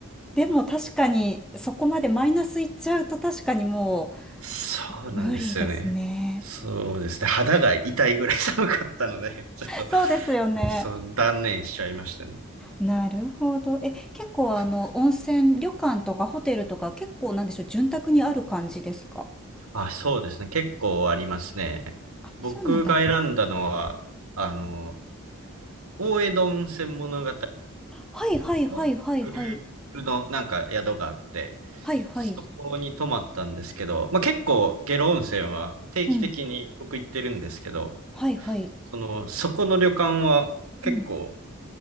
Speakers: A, in the centre; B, on the right.
A: でも確かに、そこまでマイナスいっちゃうと確かにも
B: そうなんですよね。
A: う、無理ですね。
B: そうですね。肌が痛いぐらい <laughs> 寒かったので、ちょっと、
A: そうですよね。
B: そう、断念しちゃいましたね。
A: なるほど。え、結構あの、
B: そうですね。
A: 温泉、旅館とかホテルとか結構なんでしょう、潤沢にある感じですか
B: あ、そうですね。結構ありますね。
A: あ、
B: 僕が選んだのは、
A: そうなんだ。
B: あの、大江戸温泉物語
A: はいはいはいはいはい。
B: のグループのなんか宿があって、
A: はいはい。
B: そこに泊まったんですけど、まあ、結構下呂温泉は定期的に僕行ってるんですけど、
A: うん。はいはい。
B: その、そこの旅館は結構
A: うん。